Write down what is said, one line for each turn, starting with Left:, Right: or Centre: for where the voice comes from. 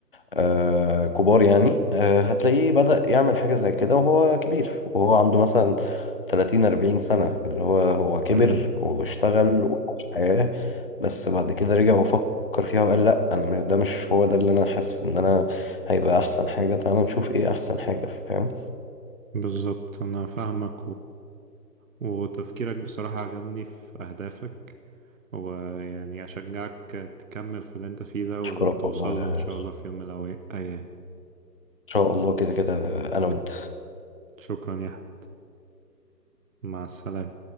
Left: آه كبار يعني آه هتلاقيه بدأ يعمل حاجة زي كده وهو كبير وهو عنده مثلا 30 40 سنة اللي هو هو كبر
Right: امم
Left: واشتغل وعاش حياة بس بعد كده رجع وفكر فيها وقال لا انا م- ده مش هو ده اللي انا حاسس ان انا هيبقى احسن حاجة تعالى نشوف ايه احسن حاجة فاهم
Right: بالظبط انا فاهمك وتفكيرك بصراحة عجبني في أهدافك ويعني أشجعك تكمل في اللي أنت فيه ده وتوصل
Left: اشكرك والله ان
Right: له إن شاء الله في يوم من الأيام
Left: شاء الله كده كده انا وانت
Right: شكرا يا أحمد مع السلامة